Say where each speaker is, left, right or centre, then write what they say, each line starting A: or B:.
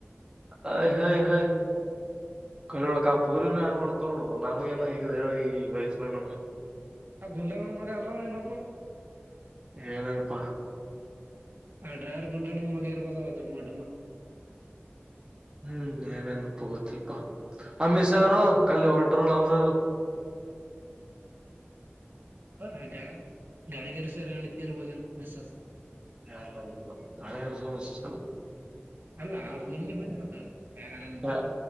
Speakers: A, on the right; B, on the right.
A: ಅಯ ಹೈ ಹಯ ಹೈ ಕರಿಯೊಳಕಾ ಪೂರಿನೇ ಹಂಗೋಡ್ತೊಳ ನೋಡೊ ನಮಗ ಏನ ಇದು ಹೇಳ ಈ ವಯಸ್ಸನಾಗ ನಮ್ಗೆ.
B: ಆ ಗುಂಡನ ಮಗ ಅಲ್ಲೋ ಏನಪ್ಪ
A: ಏನಅನ್ಪಾ.
B: ಆ ಡ್ರೈವರ್ ಗುಂಡನ್ ಮಗ ಇರ್ಬಹುದವ ದುಮ್ಮ ಡುಮ್ಮ.
A: ಹ್ಮ್ ಏನೇನಪೂ ಗೊತ್ತಿಲ್ಪಾ ಅಮಿತಷಾ ಅವ್ರು ಕಲ್ಲಿ ಹೊಂಟ್ರಳ ಅವ್ರ್ಯವ.
B: ಅರ್ ಹಜಾ ಗಾಣ್ಗೇರ ಸರ್ ಹೇಳಿದ ಕೇರಬಹುದೇನು ಮಿಸ್ಸಸ್.
A: ಅಲ್ಲ ಹಣೆರ್ಸು ಮಿಸ್ ಅಲ್ಲ
B: ಅಲ್ಲ ಅವ್ರು ನಿನ್ನೆ ಬಂದಿರಲ್ಲ ಯಾರ್ಯಾರನಪ್ಪಾ
A: ಹ